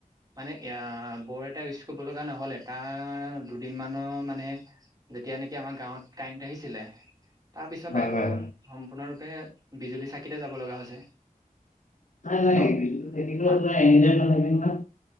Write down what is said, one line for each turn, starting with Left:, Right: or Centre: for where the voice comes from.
Right: মানে এ বৰ এটা ক'ব লগা নহ'লে তাৰ দুদিন মানৰ মানে যেতিয়া নেকি আমাৰ গাঁৱত কাৰেণ্ট আহিছিলে তাৰ পিছৰ
Left: হয়
Right: পৰাইটো সম্পূৰ্ণৰূপে বিজুলী চাকিতে যাব লগা হৈছে।
Left: নাই নাই
Right: ন
Left: <unintelligible> এনি
Right: হয়
Left: টাইম নাথাকে নহয়,